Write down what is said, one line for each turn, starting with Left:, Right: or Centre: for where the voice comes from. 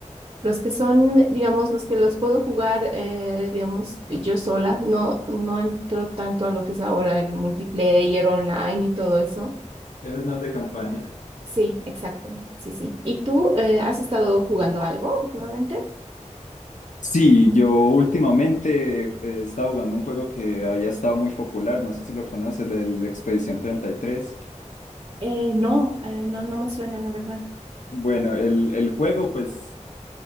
Right: Los que son, digamos, los que los puedo jugar, eh, digamos, yo sola, no, no entro tanto a lo que es ahora el multiplayer online y todo eso.
Left: Eres más de campaña.
Right: Sí, exacto. Sí, sí. ¿Y tú, eh, has estado jugando algo últimamente?
Left: Sí, yo últimamente eh, he estado jugando un juego que había estado muy popular, no sé si lo conoces, el, el Expedición treinta y tres
Right: Eh, no, eh, no, no me suena, la verdad.
Left: Bueno, el, el juego, pues,